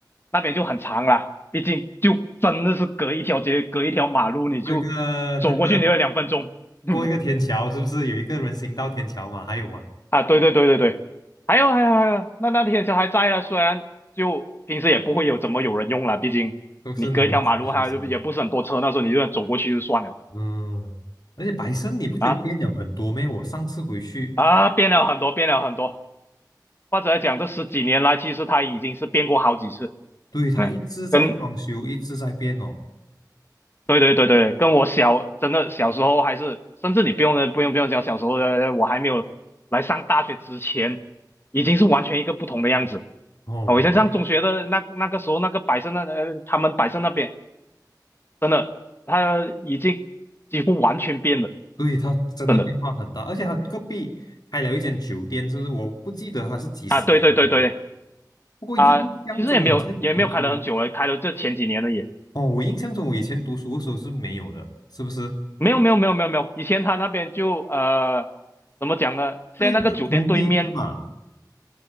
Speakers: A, on the left; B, on the left.
A: 那边就很长了，毕竟就真的是隔一条街，隔一条马路，你就走过去你要两分钟。
B: 过一个那个
A: <laughs> 嗯
B: 过一个天桥，是不是有一个人行道天桥嘛？还有吗？
A: 啊，对对对对对，还有还有还有，那那天车还在啊，虽然就平时也不会有怎么有人用了，毕竟你隔一条马路，
B: 都是你们这些学生，
A: 它也不是很多车，那时候你就走过去就算了。
B: 嗯。而且百盛你不觉得变了很多咩？
A: 啊，
B: 我上次回去。
A: 啊，变了很多，变了很多。或者来讲，这十几年来，其实它已经是变过好几次。
B: 对，它一直在装修，
A: 嗯，跟
B: 一直在变哦。
A: 对对对对，跟我小真的小时候还是，甚至你不用不用不用讲小时候的，我还没有来上大学之前，已经是完全一个不同的样子
B: 哦，
A: 啊我以前上中学的那那个时候，那个百盛那呃，他们百盛那边真的，他已经几乎完全变了，
B: 对，它真的变化很大，
A: 真的
B: 而且它隔壁开了一间酒店，就是我不记得它是几时开的，
A: 啊！对对对对
B: 不过印象中我在读书，
A: 啊，其实也没有也没有开了很久了，开了这前几年了也。
B: 哦，我印象中我以前读书的时候是没有的，是不是？
A: 没有没有没有没有没有，以前他那边就呃怎么讲呢？现在那个酒店对面，
B: 这一个空地是嘛，